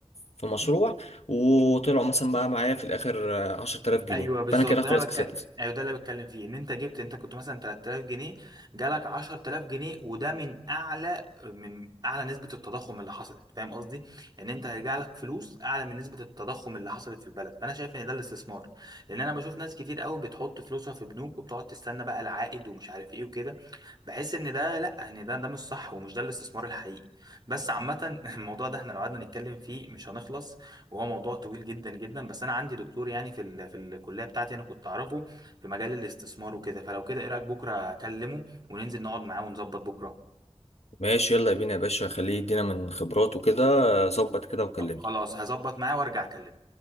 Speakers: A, on the left; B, on the right.
A: في مشروع وطلعوا مثلا بقى معايا في الاخر آه، عشرة آلاف جنيه
B: ايوه بالظبط
A: فانا كده
B: ده
A: خلاص
B: انا بتكلم
A: كسبت
B: ايوه ده اللي بتكلم فيه ان انت جبت انت كنت مثلا 3000 جنيه جالك 10000 جنيه وده من اعلى من اعلى نسبه التضخم اللي حصلت فاهم قصدي ان انت هيرجع لك فلوس اعلى من نسبه التضخم اللي حصلت في البلد فانا شايف ان ده الاستثمار لان انا بشوف ناس كتير قوي بتحط فلوسها في بنوك وبتقعد تستنى بقى العائد ومش عارف ايه وكده بحس ان ده لا ان ده ده مش صح ومش ده الاستثمار الحقيقي بس عامه <laughs> الموضوع ده احنا لو قعدنا نتكلم فيه مش هنخلص وهو موضوع طويل جدا جدا بس انا عندي دكتور يعني في ال... في الكليه بتاعتي انا كنت اعرفه في مجال الاستثمار وكده فلو كده ايه رايك بكره اكلمه وننزل نقعد معاه ونظبط بكره
A: ماشي يلا بينا يا باشا خليه يدينا من خبراته كده آه، ظبط كده وكلمني
B: خلاص هظبط معاه وارجع اكلمه